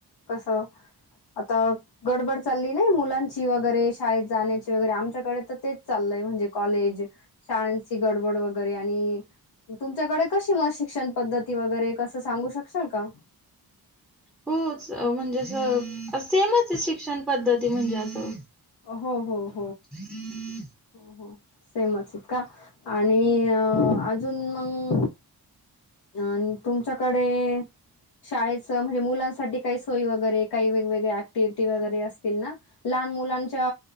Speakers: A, on the left; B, in the centre.
A: कस आता गडबड चालली नाही मुलांची वगैरे शाळेत जाण्याची वगैरे आमच्याकडे तर तेच चाललंय म्हणजे कॉलेज शाळची गडबड वगैरे आणि मग तुमच्याकडे कशी मग शिक्षण पद्धती वगैरे अस सांगू शक शाल का
B: होच म्हणजे अस सेमच शिक्षण पद्धती म्हणजे असं
A: हो हो
B: <inaudible>
A: हो हो सेमच हायत का आणि अ अजून मंग आणि तुमच्याकडे शाळेच म्हणजे मुलांसाठी काही सोय वगैरे काही वेगवेगळ्या ऍक्टिव्हटी वगैरे असतील ना लहान मुलांच्या